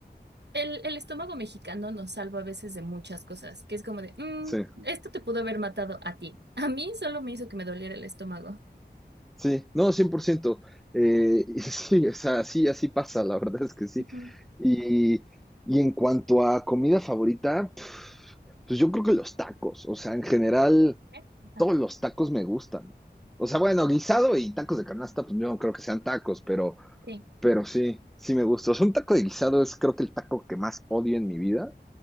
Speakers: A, on the right; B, in the centre.
A: El, el estómago mexicano nos salva a veces de muchas cosas, que es como de, "Mm,
B: sí.
A: esto te pudo haber matado a ti. A mí solo me hizo que me doliera el estómago.
B: Sí, no, 100%. Eh, y <laughs> sí, o sea, así, así pasa, la verdad es que sí.
A: Ujú.
B: Y, y en cuanto a comida favorita, pf, pues yo creo que los tacos, o sea, en general,
A: ¿Eh? Ajá.
B: todos los tacos me gustan. O sea, bueno, guisado y tacos de canasta, pues yo no creo que sean tacos, pero,
A: Sí.
B: pero sí, sí me gusta. O sea, un taco de guisado es creo que el taco que más odio en mi vida,